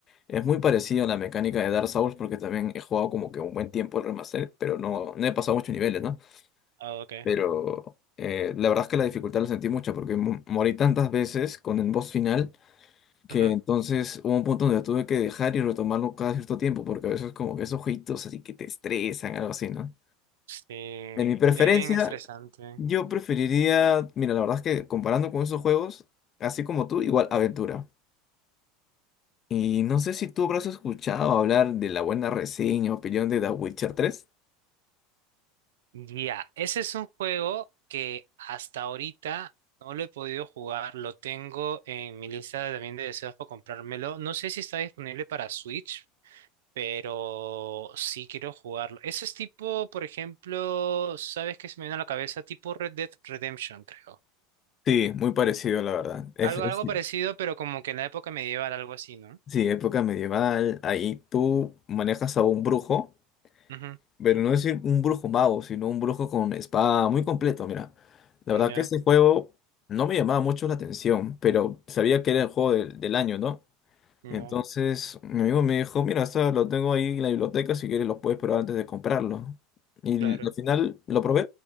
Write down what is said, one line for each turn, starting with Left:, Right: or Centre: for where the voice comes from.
Left: Es muy parecido a la mecánica de Dark Souls porque también he jugado como que un buen tiempo el remaster, pero no, no he pasado muchos niveles, ¿no?
Right: Ah, ok.
Left: Pero eh, la verdad es que la dificultad la sentí mucho porque mo- morí tantas veces con el boss final que
Right: Ujú.
Left: entonces hubo un punto donde la tuve que dejar y retomarlo cada cierto tiempo, porque a veces como que esos jueguitos así que te estresan, algo así, ¿no?
Right: Sí,
Left: En mi Sí, sí. preferencia,
Right: es bien estresante.
Left: yo preferiría, mira, la verdad es que comparando con esos juegos, así como tú, igual aventura. Y no sé si tú habrás escuchado hablar de la buena reseña, opinión de The Witcher tres
Right: Ya, ese es un juego que hasta ahorita no lo he podido jugar. Lo tengo en mi lista también de deseos para comprármelo. No sé si está disponible para Switch, pero sí quiero jugarlo. Ese es tipo, por ejemplo, ¿sabes qué se me vino a la cabeza? Tipo Red Dead Redemption, creo.
Left: Sí, muy parecido, la verdad. Es,
Right: Algo,
Left: es-
Right: algo parecido, pero como que en la época medieval, algo así, ¿no?
Left: sí, época medieval, ahí tú manejas a un brujo
Right: Ujú,
Left: Pero no es un brujo mago, sino un brujo con espada muy completo, mira. La
Right: Ya,
Left: verdad que este juego no me llamaba mucho la atención, pero sabía que era el juego del, del año, ¿no?
Right: ya,
Left: Entonces mi amigo me dijo, mira, esto lo tengo ahí en la biblioteca, si quieres lo puedes probar antes de comprarlo. Y
Right: claro,
Left: al final lo probé